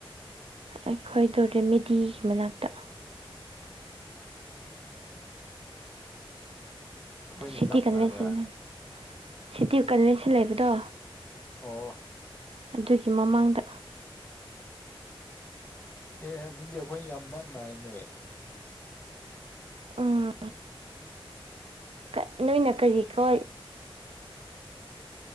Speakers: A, on the right; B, on the left.
A: ꯑꯩꯈꯣꯏꯗꯣ ꯔꯦꯃꯦꯗꯤꯒꯤ ꯃꯅꯥꯛꯇ
B: ꯑꯣ ꯑꯩꯈꯣꯏ
A: ꯁꯤꯇꯤ
B: ꯂꯞ
A: ꯀꯟꯚꯦꯟꯁꯟ
B: ꯅꯥꯕ꯭ꯔ
A: ꯁꯤꯇꯤ ꯀꯟꯚꯦꯟꯁꯟ ꯂꯩꯕꯗꯣ
B: ꯑꯣ
A: ꯑꯗꯨꯒꯤ ꯃꯃꯥꯡꯗ
B: ꯑꯦ ꯑꯗꯨꯗꯤ ꯑꯩꯈꯣꯏ ꯌꯥꯝ ꯅꯥ ꯅꯥꯏꯅꯦ
A: ꯎꯝ ꯀ- ꯅꯣꯏꯅ ꯀꯔꯤ ꯀꯣ